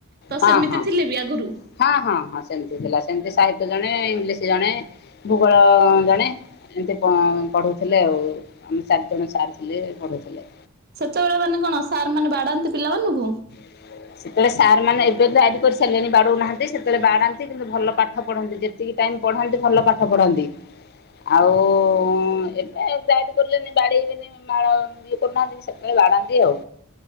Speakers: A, on the right; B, on the left.
A: ତ
B: ହଁ,
A: ସେମିତି
B: ହଁ।
A: ଥିଲେ ବି ଆଗରୁ
B: ହଁ ହଁ ହଁ ସେମତି ଥିଲା ସେମତି ସାହିତ୍ୟ ଜଣେ ଇଂଲିଶ ଜଣେ ଭୂଗୋଳ <unintelligible> ଜଣେ ଏମିତି ପ ପଢୁଥିଲେ ଆଉ ଆମ ଚାରି ଜଣ ସାର୍ ଥିଲେ ପଢାଉଥିଲେ।
A: ସେତେବେଳେ ମାନେ କଣ ସାର୍ ମାନେ ବାଡାନ୍ତି ପିଲାମାନଙ୍କୁୁ
B: <inaudible> ସେତେବେଳେ ସାର୍ ମାନେ ଏବେ ଡାରି କରିସାରିଲେଣି ବାଡଉନାହାନ୍ତି ସେତେବେଳେ ବାଡ଼ାନ୍ତି କିନ୍ତୁ ଭଲ ପାଠ ପଢ଼ନ୍ତି ଯେ ଯେତିକି ଟାଇମ ପଢ଼ାନ୍ତି ଭଲ ପାଠ ପଢାନ୍ତି। ଆଉ ଏବେ ଯାଇଡ଼ କରିଲେଣି ବାଡେଇବେନି। ମାଡ଼ ଇଏ କରୁନାହାନ୍ତି ସେତେବେଳେ ବାଡ଼ାନ୍ତି ଆଉ।